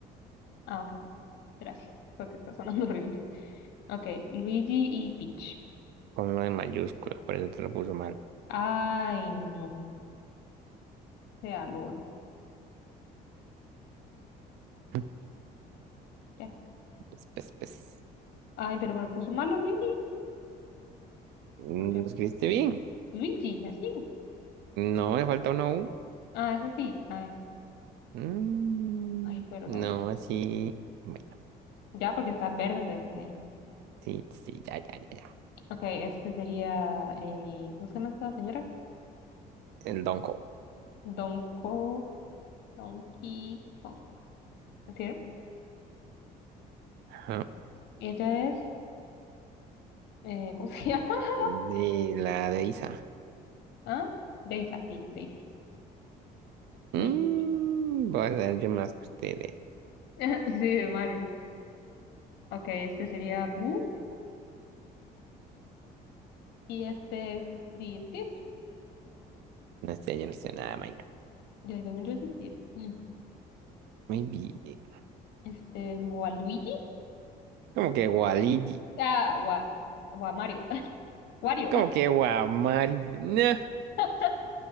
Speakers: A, on the left; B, on the right.
A: Ah, ok. Gracias, porque está sonando horrible. Ok, Luigi y Peach.
B: Ponlo en mayúsculas, por eso te lo puso mal.
A: Ay, no, sea Lolo.
B: <laughs>
A: Ya.
B: Pues, pues, pues.
A: Ay, pero me puso malo Luigi.
B: ¿Lo
A: ¿Por qué?
B: escribiste bien?
A: Luigi, así.
B: No, me falta una U.
A: Ah, es así. Ay,
B: Mm,
A: ay, perdón.
B: no, sí. Bueno,
A: Ya, porque está verde, entonces está ahí.
B: sí, sí, ya, ya, ya, ya.
A: Ok, este sería. Eh, ¿cómo se llama esta señora?
B: El Donko.
A: Donko, Donkey Kong. ¿Sí, no?
B: Ajá.
A: Ella es. Eh, ¿cómo se llama? <laughs>
B: De la de Isa.
A: ¿Ah? Daisy, sí, Daisy. Daisy.
B: Mm, voy a dar yo más que ustedes.
A: <laughs> Sí, de Mario. Ok, este sería Boo. Y este es de Steve.
B: No sé, yo no sé nada, de Minecraft.
A: Yo, según yo es Steve. Mm.
B: Muy bien.
A: Este es Waluigi.
B: Como que Waligi.
A: Ah, Wa, Wa Mario. <laughs> Wario.
B: Como que Guamari. No.
A: <laughs>